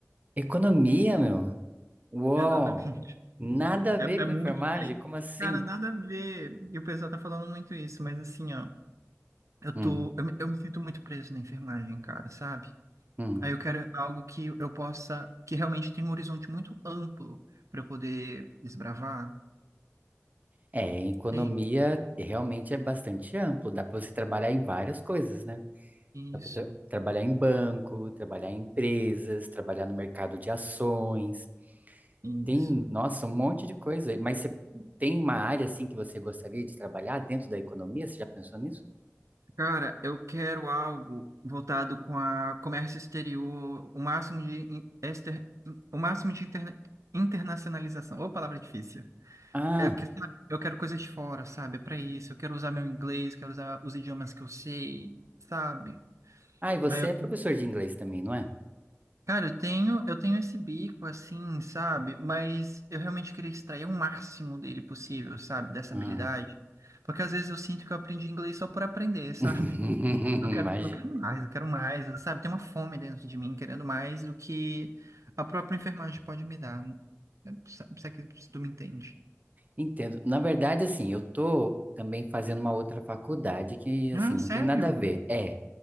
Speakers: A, on the right (about 30°); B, on the right (about 80°).
A: Economia, meu.
B: <laughs>
A: Uou.
B: Exatamente.
A: Nada a ver
B: É,
A: com
B: é muito
A: enfermagem?
B: diferente.
A: Como assim?
B: Cara, nada a ver. E o pessoal tá falando muito isso, mas assim, ó, eu
A: Hum,
B: tô, eu, me- eu me sinto muito preso na enfermagem, cara, sabe?
A: hum.
B: Aí eu quero algo que eu possa, que realmente tem um horizonte muito amplo pra eu poder desbravar.
A: É, economia
B: Tem?
A: realmente é bastante amplo. Dá pra você trabalhar em várias coisas, né? Dá
B: Isso,
A: para tra- trabalhar em banco, trabalhar em empresas, trabalhar no mercado de ações.
B: isso.
A: Tem, nossa, um monte de coisa. Mas você tem uma área assim que você gostaria de trabalhar dentro da economia? Você já pensou nisso?
B: Cara, eu quero algo voltado com a comércio exterior, o máximo de in- exter, in- o máximo de interna, internacionalização. Ô, palavra difícil.
A: Ah,
B: É que, sabe, eu quero coisas de fora, sabe? É pra isso. Eu quero usar meu inglês, quero usar os idiomas que eu sei, sabe?
A: ah, e você
B: Aí eu,
A: é professor de inglês também, não é?
B: cara, eu tenho, eu tenho esse bico assim, sabe? Mas eu realmente queria extrair o máximo dele possível, sabe? Dessa
A: Ah.
B: habilidade. Porque às vezes eu sinto que eu aprendi inglês só por aprender, <laughs> sabe?
A: <laughs>
B: Eu quero,
A: Imagina.
B: eu quero mais, eu quero mais, sabe? Tem uma fome dentro de mim querendo mais do que a própria enfermagem pode me dar. Sabe, Se é que tu me entende.
A: Entendo. Na verdade, assim, eu tô também fazendo uma outra faculdade que, assim,
B: Ah,
A: não
B: sério?
A: tem nada a ver. É,